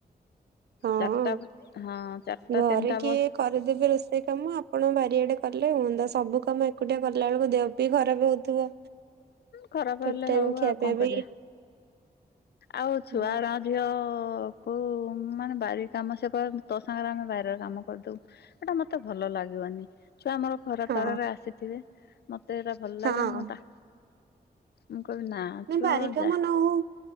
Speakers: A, on the right; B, on the left.
A: ହଁ।
B: ଚାରିଟା ହଁ ଚାରିଟା
A: ଘରେ
B: ତିନିଟା
A: କିଏ
B: ବଳ।
A: କରିଦେବେ ରୋଷେଇ କାମ ଆପଣ ବାରିଆଡେ କଲେ ହୁଅନ୍ତା ସବୁ କାମ ଏକୁଟିଆ କଲା ବେଳକୁ ଦେହ ବି ଖରାପ ହଉଥିବ।
B: ଖରାପ
A: ଠିକ
B: ହେଲେ
A: ଟାଇମ
B: ହଉ
A: ଖିଆ
B: ଆଉ
A: ପିଆ
B: କଣ କରିଆ
A: ବି
B: ଆଉ ଛୁଆ
A: ହୁଁ,
B: ଏରା ଝିଅ କୋଉ ମାନେ ବାରି କାମ ସେ କରନ୍ତି ତୋ ସାଙ୍ଗରେ ଆମେ ବାରିରେ କାମ କରିଦଉ। ଏଇଟା ମତେ ଭଲ ଲାଗିବନି ଛୁଆ ମୋର ଖରା
A: ହଁ
B: ତରା ରେ ଆସିଥିବେ ମତେ ଏଇରା ଭଲ
A: ହଁ।
B: ଲାଗେନି ମୋତା ମୁଁ କଇବି ନା
A: ନାଇଁ
B: ଛୁଆ
A: ବାରି କାମ
B: ଯା
A: ନ ହଉ